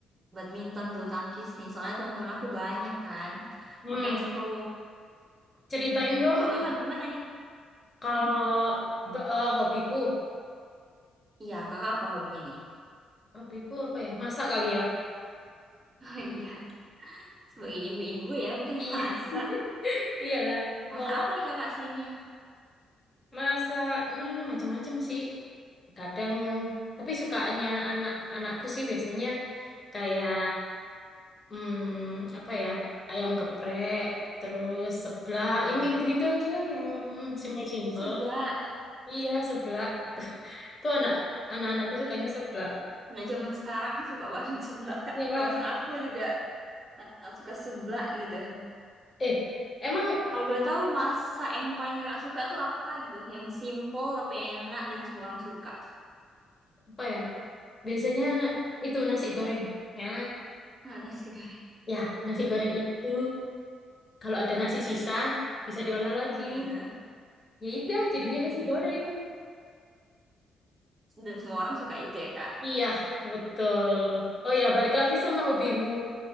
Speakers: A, on the right; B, on the left.
A: badminton bulu tangkis nih. Soalnya teman-teman aku banyak kan.
B: Hmm,
A: Makanya seru.
B: ceritain
A: Hmm.
B: dong
A: Kalau kakak gimana nih?
B: kalau
A: Hmm?
B: ba- eh, hobiku,
A: Iya, kakak apa hobinya nih?
B: hobiku apa ya? Masak kali ya.
A: <laughs> Oh iya, sebagai ibu-ibu ya mungkin
B: Iya.
A: masak.
B: <laughs> Iyalah,
A: Masak
B: mau apa?
A: apa nih kakak seringnya?
B: Masaknya macam-macam sih. Kadang, tapi sukaannya anak-anakku sih biasanya kayak hmm, apa ya? Ayam geprek, terus seblak,
A: Hmm.
B: yang kayak gitu-gitu aja, yang simpel-simpel.
A: Sebelah.
B: Iya, seblak. <laughs> Itu anak anak-anakku sukanya seblak.
A: Nah, zaman sekarang suka banget <laughs> seblak. Kak.
B: Ya,
A: Termasuk aku juga. Nah, suka seblak gitu.
B: eh, emang
A: Kalau boleh tahu masak yang paling kakak suka tuh apa gitu? Yang simple tapi enak dan semua orang suka.
B: apa ya? Biasanya itu nasi goreng. Ya,
A: Nah, nasi goreng.
B: ya, nasi goreng itu kalau ada nasi sisa bisa diolah lagi.
A: Nah,
B: Ya udah, jadinya
A: iya
B: nasi
A: sih.
B: goreng.
A: Dan semua orang suka itu ya, Kak.
B: Iya, betul. Oh ya, balik lagi sama hobimu.